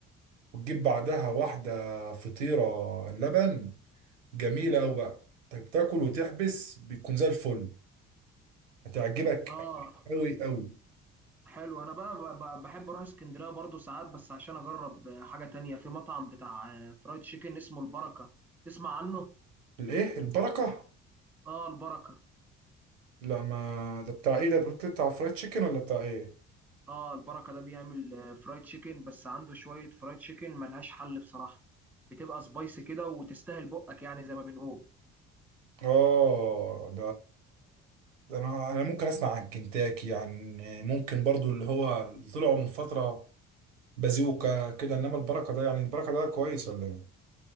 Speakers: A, on the right (about 80°); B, in the centre.
A: وتجيب بعدها واحده فطيره لبن جميله قوي بقى انت بتاكل وتحبس بيكون زي الفل هتعجبك
B: اه
A: قوي قوي
B: حلو انا بقى ب- ب- بحب اروح اسكندرية برضو ساعات بس عشان اجرب آه، حاجة تانية في مطعم بتاع آه، فرايد تشيكن اسمه البركة تسمع عنه
A: الايه البركه
B: اه البركة
A: لا ما ده بتاع ايه ده قلت بتاع فرايد تشيكن ولا بتاع ايه
B: اه البركة ده بيعمل آه، فرايد تشيكن بس عنده شوية فرايد تشيكن ملهاش حل بصراحة بتبقى سبايسي كده وتستاهل بقك يعني زي ما بنقول
A: اه ده انا انا ممكن اسمع عن كنتاكي يعني ممكن برضو اللي هو اللي طلعوا من فتره بازوكا كده انما البركه ده يعني البركه ده كويس ولا ايه